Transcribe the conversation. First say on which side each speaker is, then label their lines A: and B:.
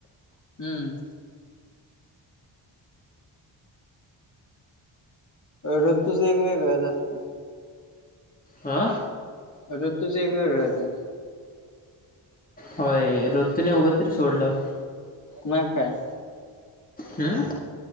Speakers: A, on the left (about 40°); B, on the left (about 20°).
A: हम्म. ऋतूच वेगवेगळंचं असतात.
B: हा
A: आता तुचं वेगवेगळाच हाय.
B: होय ऋतने उग तरी सोडलं.
A: म काय.
B: हं.